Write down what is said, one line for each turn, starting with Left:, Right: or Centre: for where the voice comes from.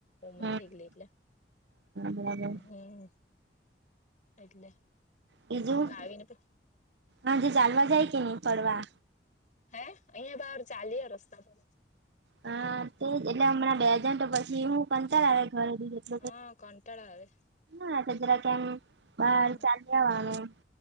Left: ઉંમર
Right: હા
Left: થેગલી એટલે,
Right: બરાબર
Left: હમ. એટલે
Right: બીજું,
Left: આવીને પછી
Right: હાજે ચાલવા જાય કે નહી? ફરવા.
Left: હે, અહિયાં બાર ચાલીય રસ્તા પર.
Right: હા, તે એટલે, હમણાં બે જન તો, પછી હું કંતાળ આવે ઘરે દીધ
Left: હા કંટાળો આવે
Right: હમ, હ, જરાક-જરાક એમ,
Left: હમ.
Right: બાર ચાલીયા વાનું.